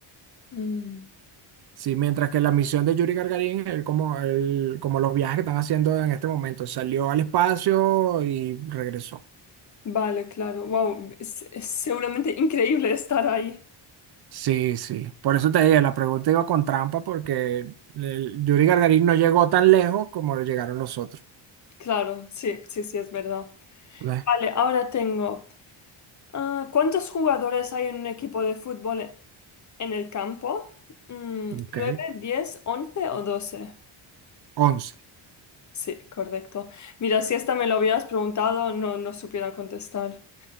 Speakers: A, on the left; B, on the right.
A: Mm.
B: Sí, mientras que la misión de Yuri Gagarin, él como, él- como los viajes que están haciendo en este momento, salió al espacio y regresó.
A: Vale, claro. Wow, es, es seguramente increíble estar ahí.
B: Sí, sí. Por eso te dije, la pregunta iba con trampa porque el Yuri Gagarin no llegó tan lejos como llegaron los otros.
A: Claro, sí, sí, sí, es verdad.
B: ¿Ves?
A: Vale, ahora tengo. ah, ¿cuántos jugadores hay en un equipo de fútbol e- en el campo? Mm,
B: Ok,
A: ¿nueve, diez, once o doce?
B: 11.
A: Sí, correcto. Mira, si esta me lo hubieras preguntado, no, no supiera contestar.